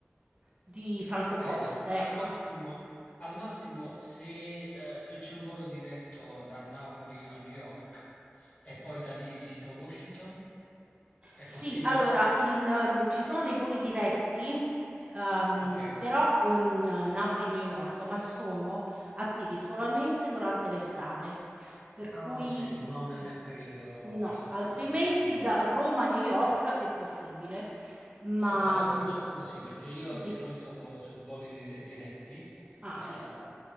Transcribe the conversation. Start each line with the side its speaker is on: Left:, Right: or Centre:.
Right: di Francoforte,
Left: ok, ma al
Right: ecco.
Left: massimo, al massimo se, eh, se c'è un volo diretto da Napoli a New York e poi da lì visito Washington, è
Right: Sì,
Left: possibile?
Right: allora il n ehm, ci sono dei voli diretti, uhm,
Left: Ok.
Right: però, uhm, Napoli-New York, ma sono attivi solamente durante l'estate. Per
Left: Ah,
Right: cui
Left: ok, non
Right: sì.
Left: nel periodo
Right: No,
Left: verso
Right: altrimenti
Left: ottobre, insomma.
Right: da Roma a New York è possibile. Ma,
Left: Ok, allora
Right: mhmm
Left: facciamo così, perché io
Right: quindi
Left: di solito volo su voli dire- diretti,
Right: ah, sì.
Left: eh,